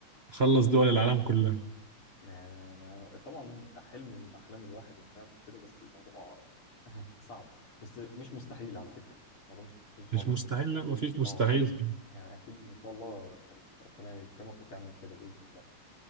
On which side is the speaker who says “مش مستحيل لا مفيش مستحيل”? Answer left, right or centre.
Right